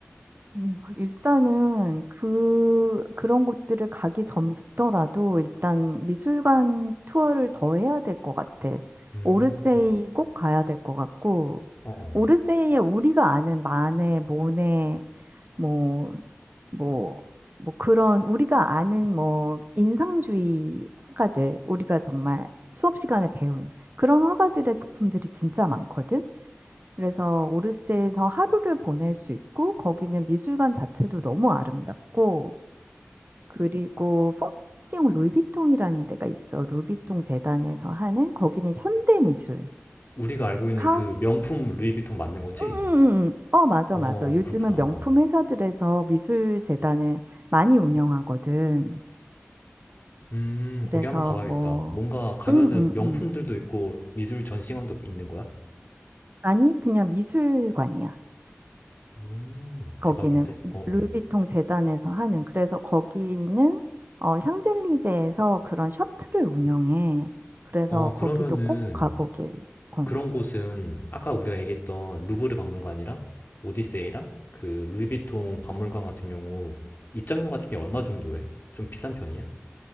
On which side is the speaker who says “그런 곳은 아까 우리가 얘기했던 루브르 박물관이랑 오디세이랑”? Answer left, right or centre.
Left